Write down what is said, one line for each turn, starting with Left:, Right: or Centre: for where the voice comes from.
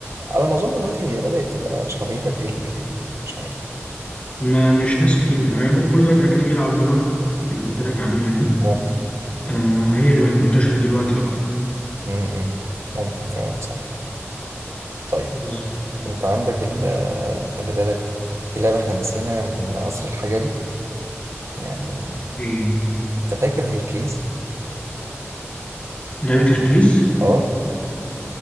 Right: على ما اظن دلوقتي هي بدأت تبقى شعبيتها تقل يعني مش عارف
Left: ما مش ناس كتير بتلعبها يعني كل دلوقتي هتلاقيه بيلعب فالورنت اللي قلت لك عليها دي
Right: ممكن
Left: آه هي اللي بقت منتشره دلوقتي اكتر
Right: امم ممكن فعلا صح طيب
Left: بالظبط
Right: انت عندك ال خلي بالك في لعبة احنا نسيناها من العصر الحجري يعني
Left: ايه
Right: انت فاكر هيركليز
Left: لعبه هيركليز
Right: اه